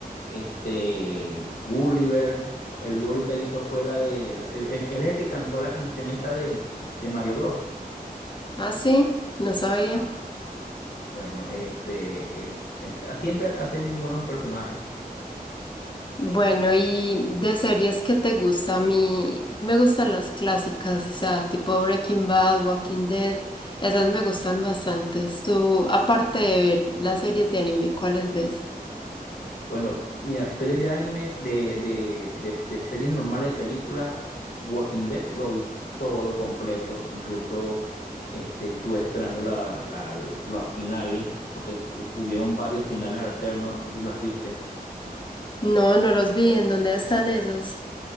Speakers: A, on the left; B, on the left.
A: este Gulliver. Él ahorita hizo fue la de. Él, él- él es el que cantó la canción esta de, de Mario Bros.
B: Ah, sí, no sabía.
A: Ajá. Bueno, este eh, él siempre hace muy buenos personajes.
B: Bueno, y de series que te gusta a mí, me gustan las clásicas, o sea, tipo Breaking Bad, Walking Dead, esas me gustan bastante. Tú, aparte de ver las series de anime, ¿cuáles ves?
A: Bueno, mira, series de anime, de, de, de, de series normales de películas, Walking Dead lo vi todo completo, incluso este, estuve esperando la, la- los finales, porque hu- hubieron varios finales alternos, no sé si los viste.
B: No, no los vi, ¿en dónde están esos?